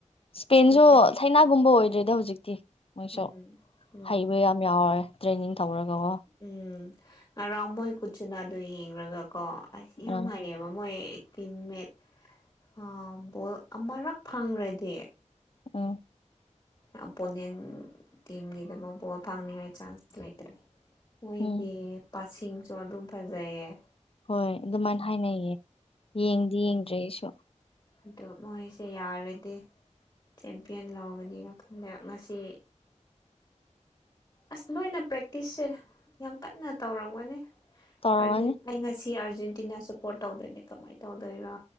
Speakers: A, on the left; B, on the left.
A: ꯏꯁꯄꯦꯟꯁꯨ
B: ꯎꯝ
A: ꯊꯥꯏꯅꯥꯒꯨꯝꯕ ꯑꯣꯏꯗ꯭ꯔꯤꯗꯥ ꯍꯧꯖꯤꯛꯇꯤ ꯃꯣꯏꯁꯨ
B: ꯎꯝ ꯎꯝ
A: ꯍꯩꯕ ꯌꯥ ꯌꯥꯎꯔꯦ ꯇ꯭ꯔꯦꯅꯤꯡ ꯇꯧꯔꯒꯥꯀꯣ
B: ꯎꯝ ꯉꯔꯥꯡ ꯃꯣꯏ ꯀꯨꯠꯁꯤꯅ ꯑꯗꯨ ꯌꯦꯡꯔꯒꯥ ꯀꯣ ꯑꯁ ꯌꯥꯝ
A: ꯑꯥ
B: ꯍꯥꯏꯌꯦꯕ ꯃꯣꯏ ꯇꯤꯝꯃꯦꯠ ꯑꯥ ꯕꯣꯜ ꯑꯃꯔꯛ ꯐꯪꯒ꯭ꯔꯦꯗꯤ
A: ꯎꯝ
B: ꯑꯣꯝꯄꯣꯅꯦꯟ ꯇꯤꯝꯒꯤꯗꯃꯛ ꯕꯣꯜ ꯐꯪꯅꯤꯡꯉꯥꯏ ꯆꯥꯟꯁ ꯂꯩꯇ꯭ꯔꯦ ꯃꯣꯏꯒꯤ
A: ꯎꯝ
B: ꯄꯁꯤꯡꯁꯨ ꯑꯗꯨꯝ ꯐꯖꯩꯌꯦ
A: ꯍꯣꯏ ꯑꯗꯨꯃꯥꯏꯅ ꯍꯥꯏꯅꯩꯌꯦ ꯌꯦꯡꯗꯤ ꯌꯦꯡꯗ꯭ꯔꯦ ꯑꯩꯁꯨ
B: ꯑꯗꯣ ꯃꯣꯏꯁꯦ ꯌꯥꯔꯗꯤ ꯆꯦꯝꯄꯤꯌꯟ ꯂꯧꯒꯅꯤ ꯅꯥꯀꯟꯗꯥ ꯉꯁꯤ ꯑꯥꯁ ꯂꯣꯏꯅ ꯄ꯭ꯔꯦꯛꯇꯤꯁꯁꯦ ꯌꯥꯝ ꯀꯟꯅ ꯇꯧꯔꯝꯒꯅꯤ
A: ꯇꯧꯔꯝꯃꯅꯤ
B: ꯑꯔꯗꯨ ꯑꯩ ꯉꯁꯤ ꯑꯥꯔꯖꯦꯟꯇꯤꯅꯥ ꯁꯞꯄꯣꯔꯠ ꯇꯧꯗꯣꯏꯅꯦ ꯀꯃꯥꯏꯅ ꯇꯧꯗꯣꯏꯔꯥ